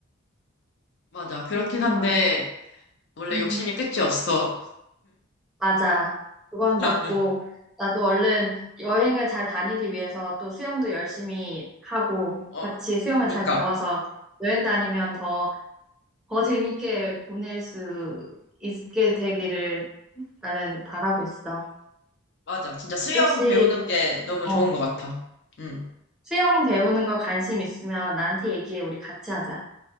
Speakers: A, on the left (about 55°); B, in the centre.
A: 맞아. 그렇긴
B: 그렇구나.
A: 한데, 원래
B: 음,
A: 욕심이 끝이 없어.
B: 맞아. 그건
A: <laughs>
B: 맞고, 나도 얼른 여행을 잘 다니기 위해서 또 수영도 열심히 하고,
A: 어,
B: 같이 수영을
A: 그니까.
B: 잘 배워서 여행 다니면 더, 더 재밌게 보낼 수 있게 되기를 나는 바라고 있어.
A: 맞아. 진짜 수영
B: 혹시
A: 배우는 게 너무
B: 어.
A: 좋은 것 같아. 응.
B: 수영 배우는 거 관심 있으면 나한테 얘기해. 우리 같이 하자.